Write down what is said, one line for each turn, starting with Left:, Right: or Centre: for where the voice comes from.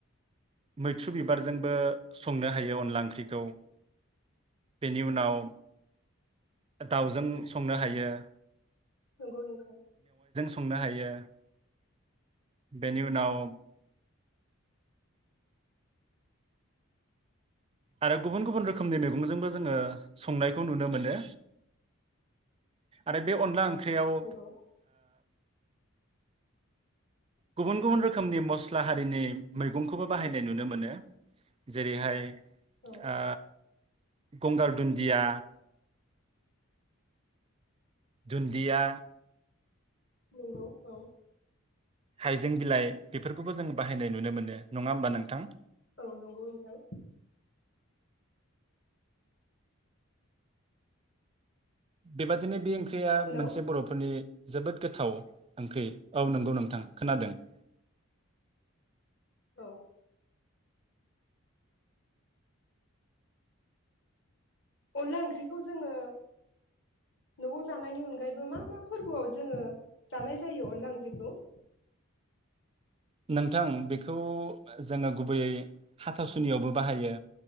Right: मैथ्रु बिबारजोंबो संनो हायो अनला ओंख्रिखौ बेनि उनाव दाउजों संनो हायो
Left: नंगौ नोंथां
Right: खुंनो हायो बेनि उनाव आरो गुबुन गुबुन रोखोमनि मैगंजोंबो जोंङो संनायखौ नुनो मोनो आरो बे अनला ओंख्रि फ्रियाव ओ
Left: नंगौ
Right: गुबुन गुबुन रोखोमनि मस्ला हारिनि मैगंखौबो बाहायनाय नुनो मोनो जेरैहाय
Left: औ
Right: ओ गंगार दुन्दिया दुन्दिया
Left: नंगौ औ
Right: हाइजें बिलाइ बेफोरखौबो जों बाहायनाय नुनो मोनो नंङा होमबा नोंथां
Left: औ नंगौ नोंथां
Right: बेबायदिनो बे ओं फ्रिया
Left: हेलौ
Right: मोनसे बरफोरनि जोबोद गोथाव ओंख्रि औ नंगौ नोंथां खोनादों <inaudible>
Left: औ अनला ओंख्रिखौ जोंङो नआव जानायनि अनगायैबो मा मा फोरबोआव जोंङो जानाय जायो अनला ओंख्रिखौ
Right: नोंथां बेखौ जोंङो गुबैयै हाथासुनियावबो बाहायो